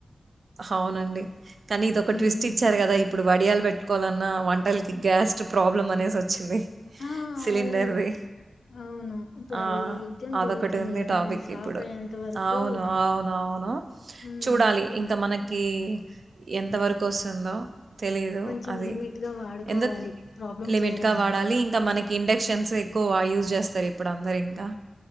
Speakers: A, on the right (about 65°); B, on the left (about 90°).
A: అవునండి కానీ ఇది ఒక
B: ఉమ్
A: ట్విస్ట్ ఇచ్చారు కదా ఇప్పుడు వడియాలు పెట్టుకోవాలన్నా వంటకి గ్యాస్ట్ ప్రాబ్ల అనేసి వచ్చింది
B: ఆ
A: సిలిండర్ది
B: అవును అవును ఇప్పుడు
A: ఆ
B: అది యుద్ధం
A: అదొకటి
B: జరుగుతుంది
A: ఉంది
B: కదా
A: టాపిక్
B: అది స్టాప్
A: ఇప్పుడు
B: అయ్యేంత వరకు
A: అవును అవును అవును
B: ఉమ్
A: చూడాలి ఇంకా మనకి ఏ ఎంత వరకు కోస్తుందో తెలిదు
B: కొంచెం
A: అది
B: లిమిట్‌గా వాడుకోవాలి.
A: ఎందు
B: ప్రాబ్లమ్
A: లిమిట్గా
B: క్లియర్ అయ్యేంత
A: వాడాలి
B: వరకు.
A: ఇంకా మనకి ఇండక్షన్స్ ఎక్కువ యూస్ చేస్త సరే ఇప్పుడు అందర ఇంకా